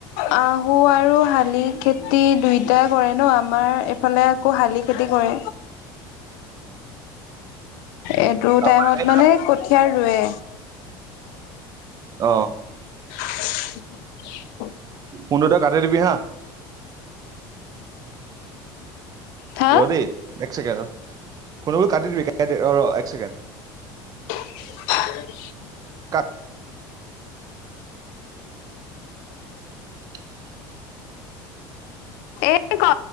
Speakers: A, on the left; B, on the right.
A: আহু আৰু শালি খে- খেতি দুইটা কৰে ন আমাৰ এইফালে আকৌ শালি খেতি কৰে। এইটো
B: তাৰপৰা
A: টাইমত মানে কঠিয়া ৰুৱে।
B: অ।
A: <inaudible>
B: ফোনটো তই কাটি দিবি হা।
A: হা
B: ৰ দেই এক ছেকেণ্ড ৰ ফোনবোৰ কাটি দিবি ৰ ৰ এক চছেকেণ্ড।
A: <inaudible>
B: কাট। <inaudible>
A: এনদ কৰ।